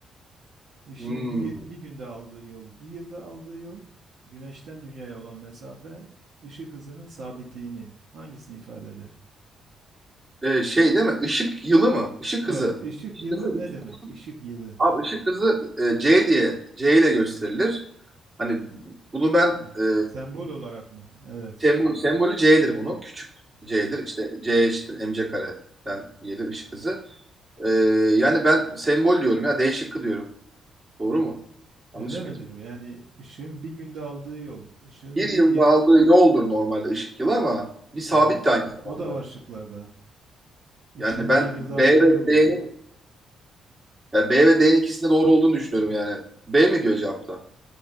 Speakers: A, on the right; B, on the right.
A: Işığın
B: Hmm.
A: bir, bir günde aldığı yol, bir yılda aldığı yol, güneşten dünyaya olan mesafe, ışık hızının sabitliğini. Hangisini ifade eder?
B: Ee, şey değil mi? Işık yılı mı? Işık
A: Evet,
B: hızı.
A: ışık
B: Işık
A: yılı
B: hızı,
A: ne
B: ışık.
A: demek? Işık yılı.
B: Abi ışık hızı e, C diye, C ile gösterilir. Hani bunu ben
A: Yani
B: e,
A: Sembol olarak mı? Evet.
B: sembol, sembolü C'dir bunun. Küçük C'dir. İşte C eşittir mc kareden gelir ışık hızı. E, yani ben sembol diyorum ya. D şıkkı diyorum. Doğru mu?
A: Öyle
B: Yanlış
A: midir?
B: mıyım?
A: Yani ışığın bir günde aldığı yol, ışığın
B: Bir yılda
A: bir yıl-
B: aldığı yoldur normalde ışık yılı ama bir sabit
A: Evet.
B: de aynı zamanda.
A: O da var şıklarda. Işığın
B: Yani ben
A: bir yılda
B: B
A: aldığı
B: ve
A: yol
B: D'nin
A: var.
B: yani B ve D'nin ikisinde doğru olduğunu düşünüyorum yani. B mi diyor cevapta?